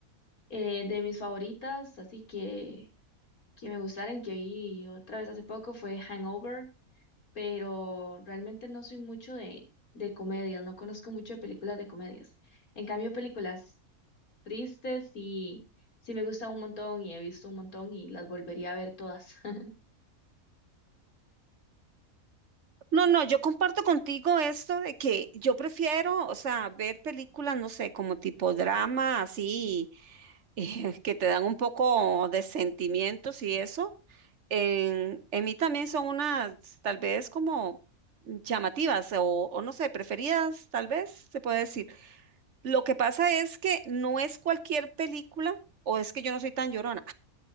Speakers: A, on the left; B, on the right.
A: Eh, de mis favoritas, así que, que me gustaron, que vi otra vez hace poco, fue Hangover, pero realmente no soy mucho de, de comedias, no conozco mucho de películas de comedias. En cambio, películas tristes y sí me gustan un montón y he visto un montón y las volvería a ver todas. <laughs>
B: No, no, yo comparto contigo esto de que yo prefiero, o sea, ver películas, no sé, como tipo drama, así, <laughs> eh, que te dan un poco de sentimientos y eso En, en mí también son unas, tal vez como llamativas o, o no sé, preferidas, tal vez se puede decir. Lo que pasa es que no es cualquier película o es que yo no soy tan llorona.